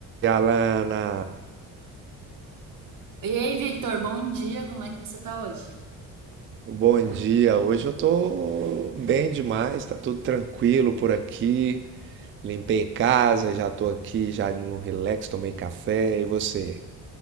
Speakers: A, on the right; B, on the right.
A: E, Alana,
B: E aí, Victor, bom dia, como é que você tá hoje?
A: bom dia. Hoje eu tô bem demais, tá tudo tranquilo por aqui. Limpei casa, já tô aqui, já no relax, tomei café. E você?